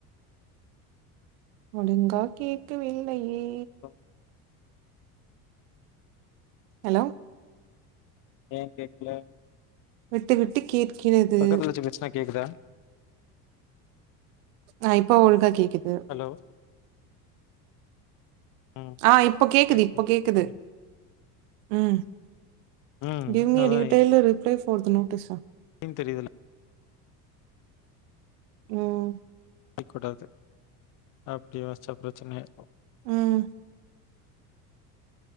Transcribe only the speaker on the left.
ஆகட்டு.
ஏ கேக்ல
பக்கத்துல வெச்சு பேச்னா கேக்குதா
ஹலோ ம்
பேசுங்க
சொல்லு
ம்
அதா
ன் தெரிதல்ல
அடிக் கூடாது அப்டியே வாசிச்சா பிரச்சன ஆயிரு